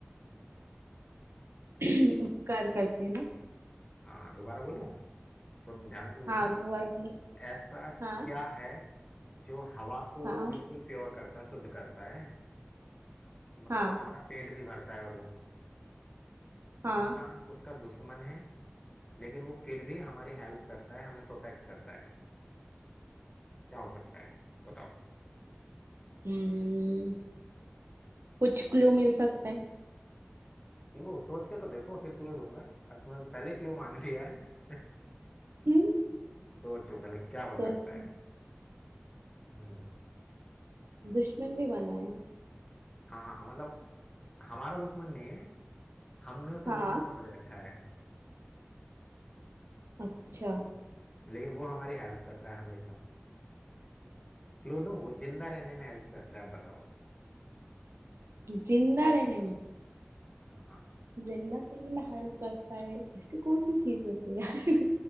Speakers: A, on the right (about 85°); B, on the left (about 25°).
A: <clears throat> उपकार करती है ना
B: हाँ दोबारा बोलूं सुन ध्यान से सुनना
A: हाँ दोबारा बोलो।
B: ऐसा
A: हाँ
B: क्या है जो हवा को
A: हाँ
B: बिल्कुल प्योर करता है शुद्ध करता है मतलब
A: हाँ
B: हमारा पेट भी भरता है और वो
A: हाँ
B: इंसान उसका दुश्मन है लेकिन वो फिर भी हमारी हेल्प करता है हमें प्रोटेक्ट करता है क्या हो सकता है बताओ
A: हम्म कुछ क्लू मिल सकता है
B: क्लू सोच के तो देखो फिर क्लू दूंगा अब तुमने तो पहले ही क्लू मांग लिया है
A: हम्म
B: सोचो पहले क्या हो सकता
A: सोचो
B: है हम्म
A: दुश्मन भी बना है
B: हाँ हाँ मतलब हमारा दुश्मन नहीं है हमने उसे
A: हाँ
B: दुश्मन समझ रखा है
A: अच्छा
B: लेकिन वो हमारी हेल्प करता है हमेशा क्लू दूं वो जिंदा रहने में हेल्प करता है आप बताओ
A: जिंदा रहने में
B: हाँ
A: जिंदा रहने में हेल्प करता है ऐसी कौन सी चीज होती है यार